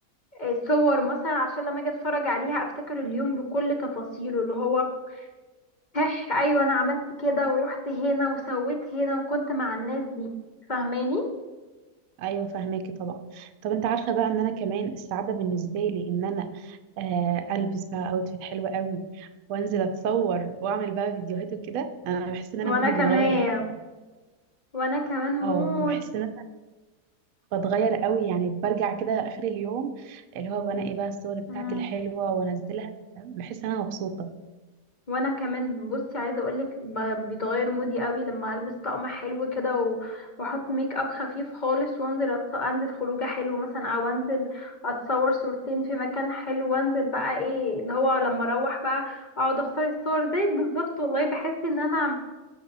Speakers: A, on the left; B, on the right.
A: آه، صور مثلا عشان لما اجي اتفرج عليها افتكر اليوم بكل تفاصيله اللي هو هح ايوه انا عملت كده ورحت هنا وسويت هنا وكنت مع الناس دي فاهماني
B: ايوه فهماكي طبعا طب انت عارفه بقى ان انا كمان السعاده بالنسبه لي ان انا آه البس بقى اوتفيت حلوه قوي وانزل اتصور واعمل بقى فيديوهات وكده انا بحس ان انا
A: وانا
B: مودي
A: كمان
B: بيتغير بالحق
A: وانا كمان موت
B: اه بحس ان بتغير قوي يعني برجع كده اخر اليوم اللي هو بنقي بقى الصور بتاعتي
A: مم.
B: الحلوه وانزلها بحس ان انا مبسوطه
A: وانا كمان بصي عايزه اقولك ب- بيتغير مودي قوي لما البس طقم حلو كده و- واحط ميك اب خفيف خالص وانزل أت- انزل خروجه حلو مثلا او انزل اتصور صورتين في مكان حلو وانزل بقى ايه اللي هو لما اروح بقى اقعد اختار الصور زيك بالظبط والله بحس ان انا